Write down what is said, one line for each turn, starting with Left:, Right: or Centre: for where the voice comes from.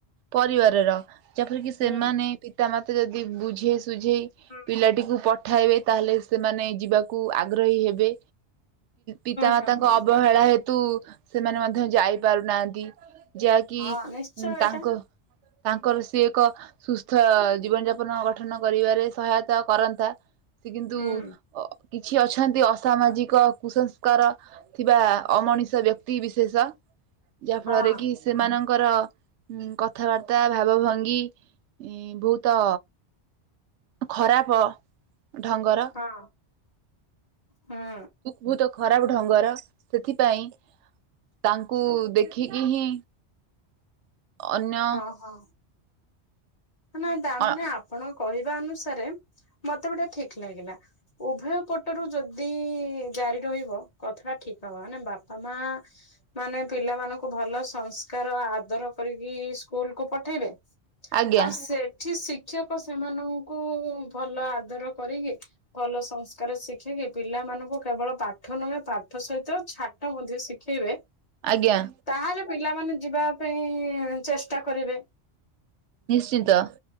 Right: ପରିବାରର ଯେପରିକି ସେମାନେ,
Left: ହୁଁ
Right: ପିତା, ମାତା, ଯଦି ବୁଝେ ସୁଝେଇ
Left: ହୁଁ
Right: ପିଲାଟିକୁ ପଠାଇବେ ତାହେଲେ ସେମାନେ ଯିବାକୁ ଆଗ୍ରହୀ ହେବେ। ପିତାମାତାଙ୍କ
Left: ହୁଁ ହୁଁ
Right: ଅବହେଳା ହେ ତୁ ସେମାନେ ମଧ୍ୟ ଯାଇ ପାରୁନାହାନ୍ତି। ଯାହାକି
Left: ହଁ ନିଶ୍ଚୟ ଏଇଟା
Right: ତାଙ୍କ ତାଙ୍କର ସିଏ ଏକ ସୁସ୍ଥ ଜୀବନ ଯାପନ ଗଠନ କରିବାରେ ସହାୟତା କରନ୍ତା ସେ କିନ୍ତୁ
Left: ହୁଁ
Right: ଅ କିଛି ଅଛନ୍ତି ଅସାମାଜିକ କୁସଂସ୍କାର ଥିବା ଅମଣିଷ ବ୍ୟକ୍ତି ବିଶେଷ ଯାହା
Left: ହଁ
Right: ଫଳରେ କି ସେମାନଙ୍କର କଥାବାର୍ତ୍ତା ଭାବ ଭଙ୍ଗୀ ବହୁତ ଖରାପ ଢଙ୍ଗର
Left: ହଁ ହୁଁ
Right: ସୁଖ ବହୁତ ଖରାପ ଢଙ୍ଗର ସେଥିପାଇଁ ତାଙ୍କୁ ଦେଖିକି ହିଁ ଅନ୍ୟ
Left: ହଁ। ନାଇ ତା
Right: ଅ
Left: ମାନେ ଆପଣଙ୍କ କହିବା ଅନୁସାରେ ମତେ ଗୋଟେ ଠିକ ଲାଗିଲା ଉଭୟ ପଟରୁ ଯଦି ଜାରି ରହିବ କଥାଟା ଠିକ ହବ ବା ପା, ମା, ମାନେ ପିଲାମାନଙ୍କୁ ଭଲ ସଂସ୍ କାର ଆଦର କରିକି ସ୍କୁଲ କୁ ପଠେଇବେ
Right: ଆଜ୍ଞା
Left: ଆଉ ସେଠି ଶିକ୍ଷକ ସେମାନଙ୍କୁ ଭଲ ଆଦର କରିକି ଭଲ ସଂସ୍କାର ଶିଖିକି ପିଲାମାନଙ୍କୁ କେବଳ ପାଠ ନୁହେଁ ପାଠ ସହିତ ଛା ଟ ମଧ୍ୟ ଶିଖେଇବେ
Right: ଆଜ୍ଞା।
Left: ତାହାଲେ ପିଲାମାନେ ଯିବା ପାଇଁ ଚେଷ୍ଟା କରିବେ।
Right: ନିଶ୍ଚିନ୍ତ।